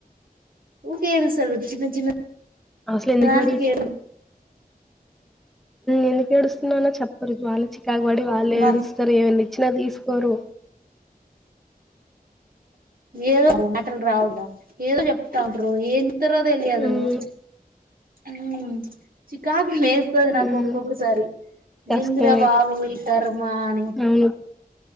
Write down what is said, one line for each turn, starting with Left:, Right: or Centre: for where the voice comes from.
Right: ఊకే ఏడుస్తారు చిన్న చిన్న
Centre: అసలు ఎందుకివడు
Right: దానికి ఏడు
Centre: ఎందుకు ఏడుస్తున్నానో చెప్పరు. వాళ్ళు చికాకు పడి వాళ్ళే
Right: ఉమ్
Centre: ఏడుస్తారు. ఏమన్నా ఇచ్చినా తీసుకోరు.
Right: ఏదో మాటలు రావుగా ఏదో చెప్తా ఉంటారు. ఏం తర్వాత ఎల్లి అదేమో
Centre: హ్మ్.
Right: అవును చికాకు నేస్తది
Centre: హ్మ్.
Right: నాకు ఒక్కొక్కసారి
Centre: కష్టమే
Right: ఏంది రా బాబు ఈ ఖర్మ అని
Centre: అవును.